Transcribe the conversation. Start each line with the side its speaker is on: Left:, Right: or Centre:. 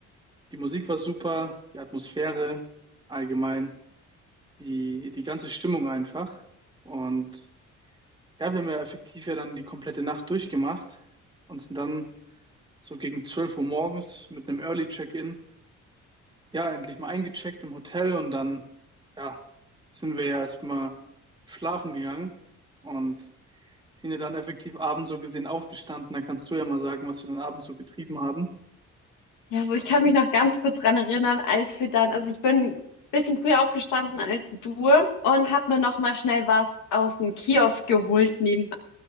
Right: die Musik war super, die Atmosphäre allgemein, die, die ganze Stimmung einfach. Und ja, wir haben ja effektiv ja dann die komplette Nacht durchgemacht und sind dann so gegen 12 Uhr morgens mit einem Early Check-in, ja, endlich mal eingecheckt im Hotel und dann, ja, sind wir ja erstmal schlafen gegangen und sind ja dann effektiv abends so gesehen aufgestanden. Da kannst du ja mal sagen, was wir den Abend so getrieben haben.
Left: Ja, also ich kann mich noch ganz kurz dran erinnern, als wir dann, also ich bin ein bisschen früher aufgestanden als du und habe mir noch mal schnell was aus dem Kiosk geholt nebenan.